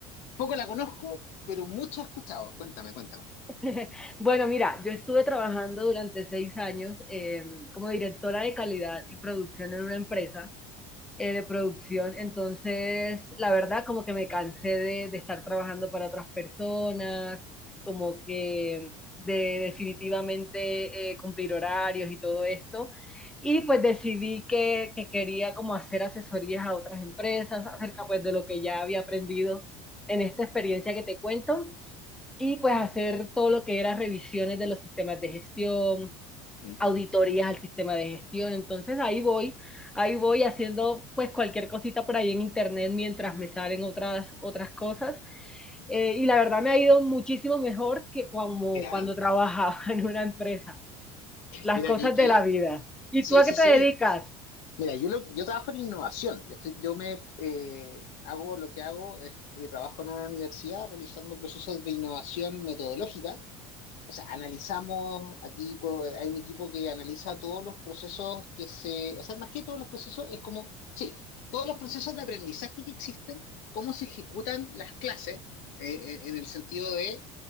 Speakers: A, on the left; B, in the centre.
A: poco la conozco, pero mucho he escuchado. Cuéntame, cuéntame.
B: <laughs> Bueno, mira, yo estuve trabajando durante seis años eh, como directora de calidad y producción en una empresa. eh, de producción. Entonces, la verdad, como que me cansé de, de estar trabajando para otras personas, como que de definitivamente eh, cumplir horarios y todo esto. Y pues decidí que, que quería como hacer asesorías a otras empresas acerca pues de lo que ya había aprendido en esta experiencia que te cuento y pues hacer todo lo que era revisiones de los sistemas de gestión,
A: Ujú.
B: auditorías al sistema de gestión. Entonces ahí voy, ahí voy haciendo pues cualquier cosita por ahí en internet mientras me salen otras, otras cosas. Eh, y la verdad me ha ido muchísimo mejor que como
A: Mira,
B: cuando trabajaba <laughs> en una empresa. Las
A: mira,
B: cosas
A: que, que
B: de la vida. ¿Y
A: sí,
B: tú a qué
A: sí,
B: te
A: sí.
B: dedicas?
A: Mira, yo, lo- yo trabajo en innovación. Yo, estoy, yo me eh, hago lo que hago, es, eh, trabajo en una universidad realizando procesos de innovación metodológica o sea, analizamos aquí, cu- hay un equipo que analiza todos los procesos que se, o sea, más que todos los procesos, es como, sí, todos los procesos de aprendizaje que existen, cómo se ejecutan las clases, eh, eh, en el sentido de